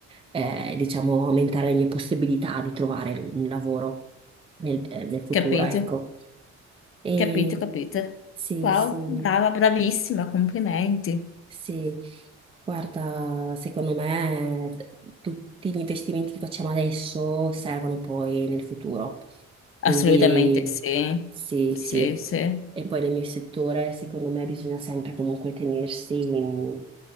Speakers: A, on the right (about 20°); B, on the left (about 45°).
A: eh, diciamo, aumentare le mie possibilità di trovare un lavoro nel, eh, nel futuro,
B: capito,
A: ecco. E
B: capito, capito,
A: sì,
B: wow,
A: sì.
B: brava, bravissima, complimenti,
A: Sì, guarda, secondo me eh, tutti gli investimenti che facciamo adesso servono poi nel futuro.
B: assolutamente
A: Quindi
B: sì,
A: sì,
B: sì,
A: sì.
B: sì.
A: E poi nel mio settore, secondo me, bisogna sempre comunque tenersi in-